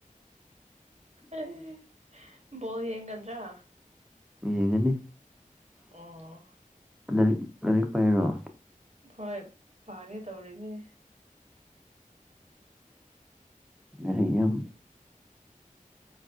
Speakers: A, on the right (about 50°); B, in the centre.
A: ꯑꯩ ꯕꯣꯜ ꯌꯦꯒꯗ꯭ꯔ
B: ꯌꯦꯡꯒꯅꯤ
A: ꯑꯣ
B: ꯂꯥꯏꯔꯤꯛ ꯂꯥꯏꯔꯤꯛ ꯄꯥꯏꯔꯣ
A: ꯍꯣꯏ ꯄꯥꯒꯦ ꯇꯧꯔꯤꯅꯦ
B: ꯂꯥꯏꯔꯤꯛ ꯌꯥꯝ